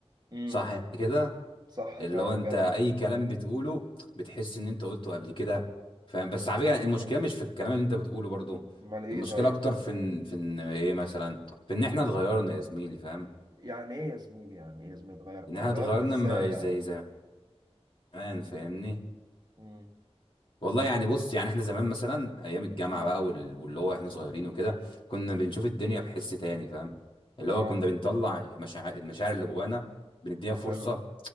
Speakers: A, on the right; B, on the left.
A: امم
B: صح كده
A: صح
B: اللي
A: فعلا
B: هو انت
A: جدع
B: اي كلام بتقوله بتحس ان انت قلته قبل كده فاهم بس على فكرة
A: امم
B: المشكلة مش في الكلام اللي انت بتقوله برضو
A: امال ايه
B: المشكلة
A: طيب
B: اكتر في ان في ان ايه مثلا في ان احنا
A: امم
B: اتغيرنا يا زميلي فاهم
A: يعني ايه يا زميلي يعني ايه يا زميلي اتغيرنا
B: ان احنا
A: اتغيرنا
B: اتغيرنا
A: ازاي
B: م-
A: يعني
B: زي زمان فاهمني
A: امم
B: والله يعني بص يعني احنا زمان مثلا ايام الجامعه
A: امم
B: بقى وال- واللي هو احنا صغيرين وكده كنا بنشوف الدنيا بحس تاني فاهم اللي
A: اه
B: هو كنا بنطلع مشاعر المشاعر اللي جوانا بنديها فرصه
A: حلو